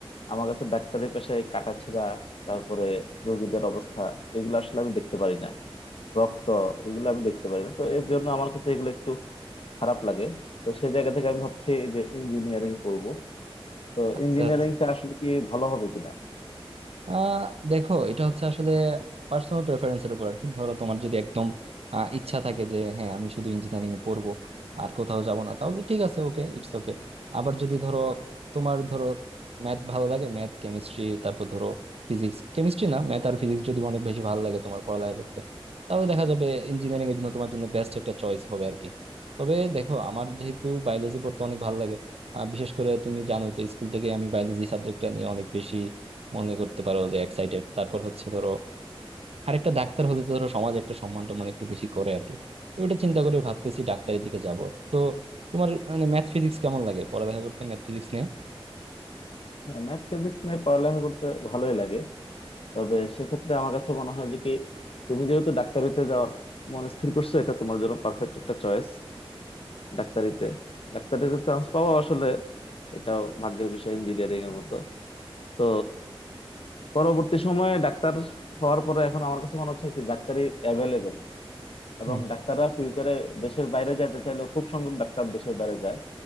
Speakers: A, on the left; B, on the right.
A: আমার কাছে ডাক্তারি পেশায় কাটাছেঁড়া তারপরে রোগীদের অবস্থা এগুলো আসলে আমি দেখতে পারি না রক্ত এগুলো আমি দেখতে পারি না তো এর জন্য আমার কাছে এগুলো একটু খারাপ লাগে তো সেই জায়গা থেকে আমি ভাবছি এই যে ইঞ্জিনিয়ারিং পড়বো তো
B: আচ্ছা
A: ইঞ্জিনিয়ারিংটা আসলে কি ভালো হবে কিনা
B: আহ দেখো এটা হচ্ছে আসলে পার্সোনাল প্রেফারেন্সের উপর আর কি ধরো তোমার যদি একদম আহ, ইচ্ছা থাকে যে হ্যাঁ আমি শুধু ইঞ্জিনিয়ারিং পড়বো আর কোথাও যাব না তাহলে ঠিক আছে ওকে ইটস ওকে আবার যদি ধরো তোমার ধরো ম্যাথ ভালো লাগে ম্যাথ কেমিস্ট্রি তারপর ধরো ফিজিক্স কেমিস্ট্রি না ম্যাথ আর ফিজিক্স যদি অনেক বেশি ভালো লাগে তোমার পড়ালেখা করতে তাহলে দেখা যাবে ইঞ্জিনিয়ারিং এর জন্য তোমার জন্য বেস্ট একটা চয়েস হবে আর কি তবে দেখো আমার যেহেতু বায়োলজি পড়তে অনেক ভালো লাগে আহ, বিশেষ করে তুমি জানোই তো স্কুল থেকে আমি বায়োলজি সাবজেক্টটা নিয়ে অনেক বেশি মনে করতে পারো যে এক্সাইটেড তারপর হচ্ছে ধরো আরেকটা ডাক্তার হতে তো ধরো সমাজ একটা সম্মান টম্মান একটু বেশি করে আর কি ওইটা চিন্তা করে ভাবতেছি ডাক্তারের দিকে যাবো তো তোমার মানে ম্যাথ ফিজিক্স কেমন লাগে পড়ালেখা করতে ম্যাথ ফিজিক্স নিয়ে
A: ম্যাথ ফিজিক্স নিয়ে পড়ালেখা করতে ভালোই লাগে তবে সেক্ষেত্রে আমার কাছে মনে হয় যে কি তুমি যেহেতু ডাক্তারিতে যাওয়ার মন স্থির করছো এটা তোমার জন্য পারফেক্ট একটা চয়েস ডাক্তারিতে ডাক্তারিতে চান্স পাওয়া আসলে এটাও ভাগ্যের বিষয় ইঞ্জিনিয়ারিং এর মতো তো পরবর্তী সময়ে ডাক্তার হওয়ার পরে এখন আমার কাছে মনে হচ্ছে কি ডাক্তারি অ্যাভেলেবেল এবং
B: হুম
A: ডাক্তাররা ফিউচারে দেশের বাইরে যেতে চাইলেও খুব সংখ্যক ডাক্তার দেশের বাইরে যায়